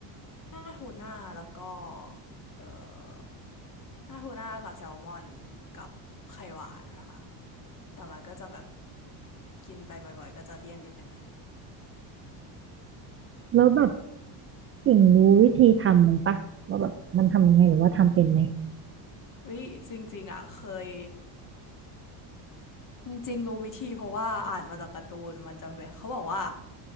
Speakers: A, on the left (about 40°); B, on the right (about 30°).
A: หน้าโทน่าแล้วก็เอ่อหน้าโทน่ากับแซลมอนกับไข่หวานนะคะแต่มันก็จะแบบกินไปบ่อยๆก็จะเลี่ยนนิดนึงนะ
B: แล้วแบบถิงรู้วิธีทำมันปะว่าแบบมันทำยังไงหรือว่าทำเป็นไหม
A: วิจริงๆอ่ะเคยจริงๆรู้วิธีเพราะว่าอ่านมาจากการ์ตูนมันจะเป็นเขาบอกว่า